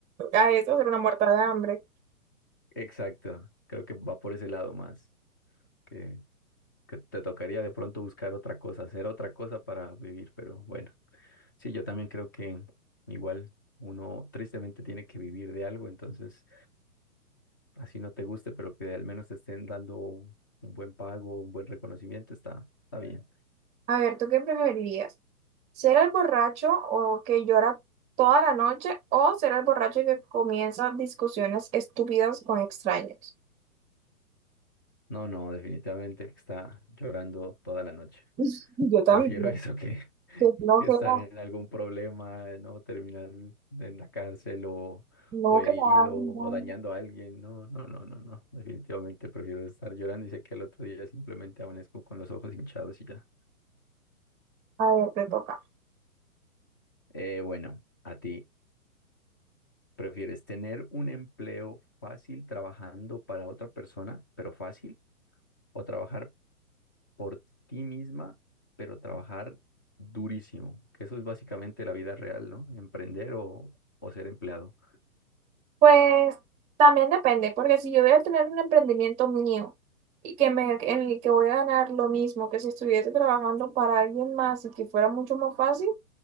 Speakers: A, on the right; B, on the left.
A: a eso ser una muerta de hambre.
B: exacto. Creo que va por ese lado más, que, que te tocaría de pronto buscar otra cosa, hacer otra cosa para vivir, pero bueno, sí, yo también creo que igual uno tristemente tiene que vivir de algo, entonces así no te guste, pero que al menos te estén dando un buen pago, un buen reconocimiento, está, está bien.
A: A ver, ¿tú qué preferirías? ¿Ser el borracho o que llora toda la noche o ser el borracho que comienza discusiones estúpidas con extraños?
B: No, no, definitivamente está llorando toda la noche.
A: <laughs> Yo también.
B: Prefiero <laughs> eso que,
A: Qué flojera.
B: que estar en algún problema, ¿no? Terminar en la cárcel o,
A: No,
B: o herido
A: que te hagan
B: o
A: daño.
B: dañando a alguien. No, no, no, no, no. Definitivamente prefiero estar llorando y sé que el otro día simplemente amanezco con los ojos hinchados y ya.
A: A ver, te toca.
B: Eh, bueno, a ti, ¿prefieres tener un empleo fácil trabajando para otra persona, pero fácil, o trabajar por ti misma, pero trabajar durísimo? Que eso es básicamente la vida real, ¿no? Emprender o, o ser empleado.
A: Pues también depende, porque si yo voy a tener un emprendimiento mío y que me, en el que voy a ganar lo mismo que si estuviese trabajando para alguien más y que fuera mucho más fácil,